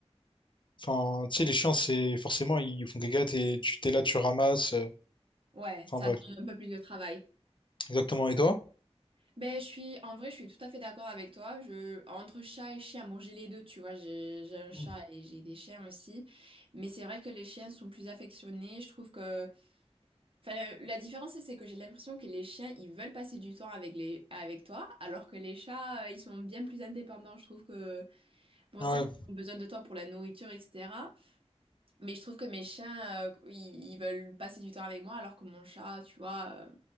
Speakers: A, on the left; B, on the right.
A: enfin, tu sais, les chiens, c'est forcément, ils font caca, t'es, tu t'es là, tu ramasses. euh,
B: ouais,
A: Enfin,
B: ça
A: bref,
B: demande un peu plus de travail.
A: exactement. Et toi?
B: Ben, je suis, en vrai, je suis tout à fait d'accord avec toi. Je, entre chat et chien, bon, j'ai les deux, tu vois, j'ai, j'ai un chat
A: Mm.
B: et j'ai des chiens aussi. Mais c'est vrai que les chiens sont plus affectionnés. Je trouve que, enfin, la différence, c'est que j'ai l'impression que les chiens, ils veulent passer du temps avec les, avec toi, alors que les chats, euh, ils sont bien plus indépendants. Je trouve que Bon,
A: Ouais,
B: certes, ils ont besoin de toi pour la nourriture, etc. Mais je trouve que mes chiens, euh, ils, ils veulent passer du temps avec moi, alors que mon chat, tu vois, euh,